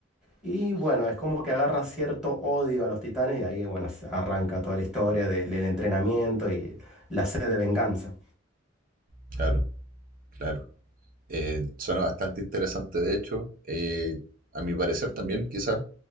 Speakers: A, in the centre; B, on the right (about 45°).
A: Y bueno, es como que agarra cierto odio a los titanes y ahí, bueno, se arranca toda la historia de- del entrenamiento y la sed de venganza.
B: Claro, claro. Eh, suena bastante interesante, de hecho. Eh, a mi parecer también, quizás,